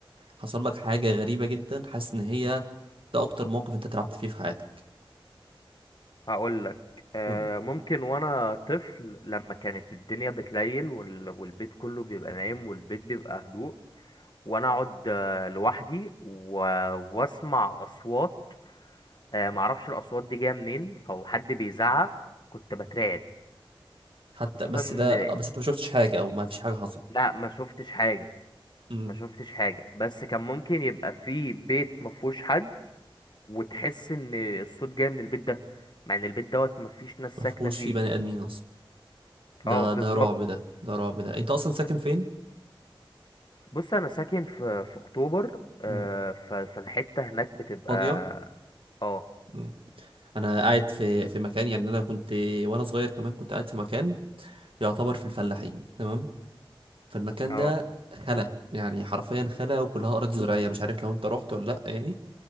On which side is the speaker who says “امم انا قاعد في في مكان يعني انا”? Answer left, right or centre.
Right